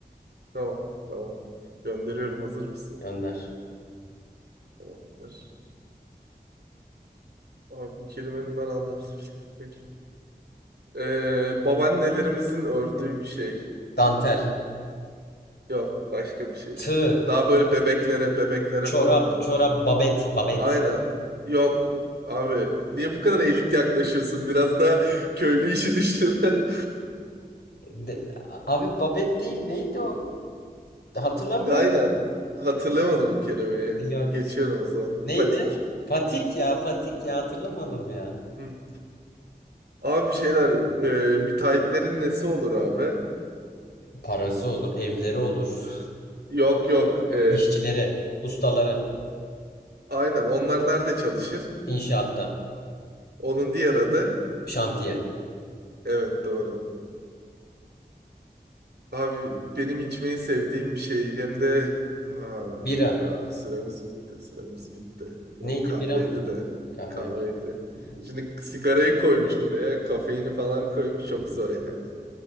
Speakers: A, on the right; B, on the left.
A: Tamam tamam. Gönderiyorum hazır mısın?
B: Gönder.
A: Tamamdır. Abi bu kelimenin ben anlamını <laughs> bile bilmiyorum. Ee, babaannelerimizin ördüğü bir şey.
B: Dantel.
A: Yok başka bir şey.
B: Tığ.
A: Daha
B: İp.
A: böyle bebeklere bebeklere
B: Çorap.
A: falan örer.
B: Çorap. Babet. Babet.
A: Aynen. Yok. Abi niye bu kadar elit yaklaşıyorsun? Biraz da köylü işi düşün. <laughs>
B: De- abi babet değil. Neydi o? Hatırlamıyorum
A: Aynen.
B: ki.
A: Hatırlamadım bu kelimeyi.
B: Yok.
A: Geçiyorum o zaman.
B: Neydi?
A: Patik.
B: Patik ya. Patik ya. Hatırlamadım ya.
A: Hı. Abi şeyler e, müteahhitlerin nesi olur abi?
B: Parası olur. Evleri olur.
A: Yok yok. E,
B: <laughs> İşçilere. Ustaları.
A: aynen. Onlar nerede çalışır?
B: İnşaatta.
A: Onun diğer adı.
B: Şantiye.
A: Evet doğru. Abi benim içmeyi sevdiğim bir şey. Hem de ha,
B: Bira.
A: süremiz bitti. Süremiz bitti.
B: Neydi
A: Yok kahveydi
B: bira mıydı?
A: de.
B: Kahve
A: Kahveydi.
B: miydi? Hmm,
A: Şimdi sigarayı koymuş oraya. Kafeini
B: evet.
A: falan koymuş. Çok
B: Hı hı,
A: zor yani.